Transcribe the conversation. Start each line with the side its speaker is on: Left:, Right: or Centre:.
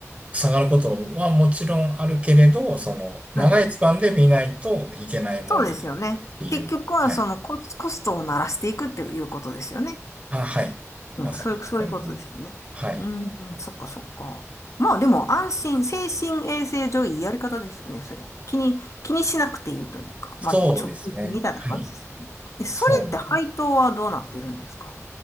Right: 下がることはもちろんあるけれど、その長いスパンで見ないといけないもんだからっていう、
Left: はい。そうですよね。結局はそのコス、
Right: はい。
Left: コストを鳴らしていくっていうことですよね。
Right: あ、はい。
Left: うん、
Right: まさにやるとゃる通り。
Left: そういう、そういうことですよね。
Right: はい。
Left: うん、うんそっかそっか。まあでも安心、精神衛生上いいやり方ですよね、それ。気に、気にしなくていいというか、
Right: そうですね。
Left: まあ貯金みたいな感じですよね。
Right: はい。
Left: え、それって配当はどうなってるんですか
Right: そうです。